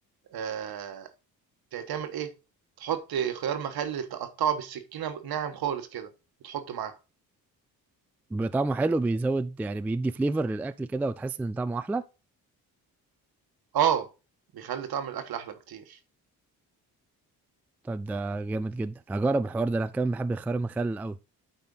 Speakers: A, on the right; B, in the centre.
A: آه تعمل ايه تحط خيار مخلل تقطعه بالسكينة ناعم خالص كده وتحطه معاه
B: بطعمه حلو بيزود يعني بيدي فليفر للأكل كده وتحس إن طعمه أحلى
A: آه، بيخلّي طعم الأكل أحلى بكتير.
B: طب ده جامد جدا هجرب الحوار ده انا كمان بحب الخيار المخلل قوي